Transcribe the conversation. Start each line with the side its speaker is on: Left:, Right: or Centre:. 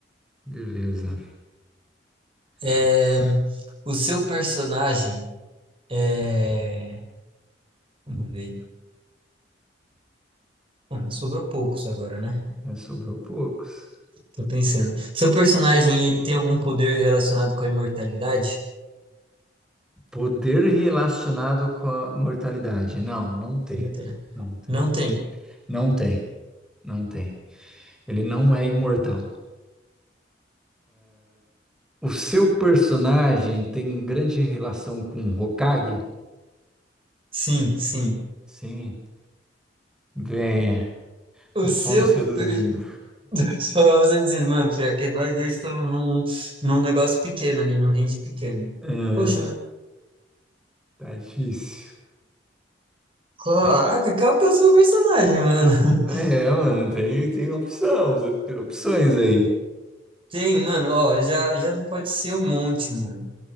Centre: Beleza.
Right: É,
Centre: Nossa,
Right: o seu personagem é. Vamos ver. Mano, sobrou poucos agora, né?
Centre: é, sobrou poucos.
Right: Tô pensando. Seu personagem, ele tem algum poder relacionado com a imortalidade?
Centre: Poder relacionado com a mortalidade. Não, não tem.
Right: Muita.
Centre: Não tem.
Right: Não tem.
Centre: Não tem. Não tem. Ele não é imortal. O seu personagem tem grande relação com o Hokage?
Right: Sim, sim.
Centre: Sim. Bem,
Right: O seu.
Centre: vamos seduzindo.
Right: per- <laughs> Só você dizendo, mano, pior que nós dois estamos num, num negócio pequeno ali, num range pequeno.
Centre: É,
Right: Poxa,
Centre: tá difícil.
Right: caraca,
Centre: É.
Right: qual que é o seu personagem, mano?
Centre: É,
Right: <laughs>
Centre: mano, tem, tem opção, opções aí.
Right: Tem, mano, ó, já, já não pode ser um monte, mano.